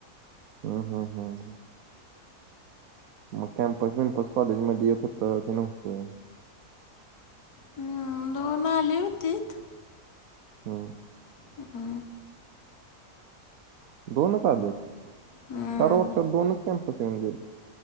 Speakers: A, on the right; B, on the left.
A: हम्म हम्म हम्म हम्म म कॅम्पस बिम्पस कॉलेजमध्ये येत होतं की नव्हतं.
B: हम्म दोन आली होतीत.
A: हूं
B: अ
A: दोनच आलेत
B: हम्म.
A: चार वर्षात दोनच कॅम्पस येऊन गेले.